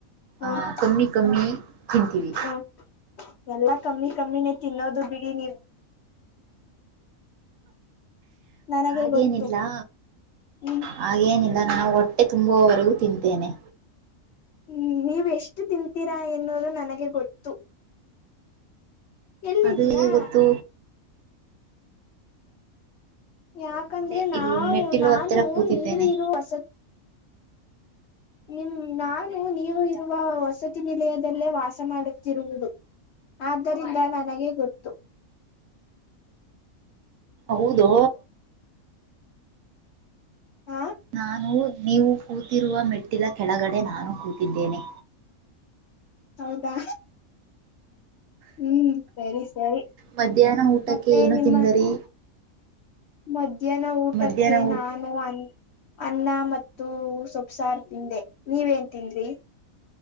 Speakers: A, on the left (about 65°); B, on the right (about 70°).
A: ಹ
B: ಆಹ ಕಮ್ಮಿ ಕಮ್ಮಿ ತಿಂತೀವಿ
A: ಹ ಎಲ್ಲಾ ಕಮ್ಮಿ ಕಮ್ಮಿನೇ ತಿನ್ನೋದು ಬಿಡಿ ನೀವು ನನಗೆ
B: ಹಾಗೇನಿಲ್ಲಾ
A: ಗೊತ್ತು ಹ್ಮ್
B: ಹಾಗೇನಿಲ್ಲ ನಾನ್ನು ನ ಹೊಟ್ಟೆ ತುಂಬುವರೆಗೂ ತಿಂತೇನೆ
A: ಹ್ಮ ನೀವು ಎಷ್ಟು ತಿಂತೀರಾ ಎನ್ನೋದು ನನಗೆ ಗೊತ್ತು ಎಲ್ಲಿದ್ದೀರಾ
B: ಅದು ಹೇಗೆ ಗೊತ್ತು
A: ಯಾಕಂದ್ರೆ
B: ಇಲ್ಲೇ
A: ನಾವು
B: ಇದು ಮೆಟ್ಟಿಲು
A: ನಾನು
B: ಹತ್ತಿರ ಕೂತಿದ್ದೇನೆ
A: ನೀವು ಇರ ಹೊಸ ನಿಮ ನಾನು ನೀವು ಇರುವ ವಸತಿ ನಿಲಯದಲ್ಲೇ ವಾಸ ಮಾಡುತ್ತಿರುವುದು ಆದ್ದರಿಂದ ನನಗೆ ಗೊತ್ತು
B: ಹೌದು
A: ಹಾ
B: ನಾನು ನೀವು ಕೂತಿರುವ ಮೆಟ್ಟಿಲ ಕೆಳಗಡೆ ನಾನು ಕೂತಿದ್ದೇನೆ.
A: ಹೌದಾ ಹ್ಮ್ ಸರಿ ಸರಿ
B: ಮಧ್ಯಾಹ್ನ ಊಟಕ್ಕೆ
A: ಮತ್ತೆ
B: ಏನು
A: ನಿಮ್ಮ
B: ತಿಂದರಿ
A: ಮಧ್ಯಾಹ್ನ ಊಟಕ್ಕೆ
B: ಮಧ್ಯಾಹ್ನ ಊಟ
A: ನಾನು ಅನಾ ಅನ್ನ ಮತ್ತು ಸೊಪ ಸಾರ್ ತಿಂದೆ ನೀವೇನ್ ತಿಂದ್ರಿ